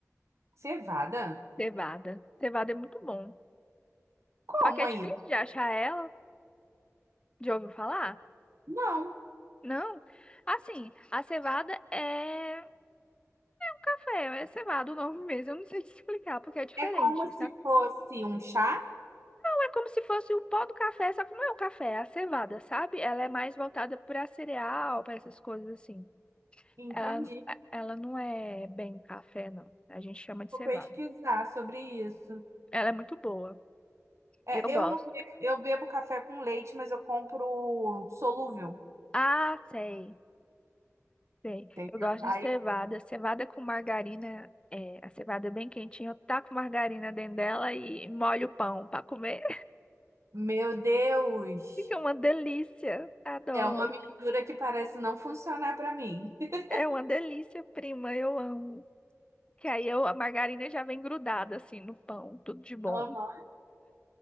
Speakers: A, on the right; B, on the left.
A: cevada?
B: cevada. Cevada é muito bom.
A: Como
B: Só que é
A: aí?
B: difícil de achar ela. Já ouviu falar?
A: Não.
B: Não. Assim, a cevada é um café, é cevada o nome mesmo. Eu não sei te <laughs> explicar porque é diferente,
A: É como se fosse um chá?
B: É como se fosse o pó do café, só que não é o café, é a cevada, sabe? Ela é mais voltada para cereal, para essas coisas assim.
A: Entendi.
B: Ela, ela não é bem café, não. A gente chama de
A: Vou
B: cevada.
A: pesquisar sobre isso.
B: Ela é muito boa.
A: É,
B: Eu gosto.
A: eu não, be- eu bebo café com leite, mas eu compro solúvel,
B: Ah, sei, sei.
A: entendeu?
B: Eu gosto
A: Aí,
B: de cevada. Cevada com margarina. É, a cevada é bem quentinha. Eu taco margarina dentro dela e molho o pão para comer.
A: meu Deus,
B: <laughs> Fica uma delícia. Adoro.
A: é uma mistura que parece não funcionar para mim. <laughs>
B: É uma delícia, prima. Eu amo. Que aí eu, a margarina já vem grudada assim no pão, tudo de bom.
A: Aham.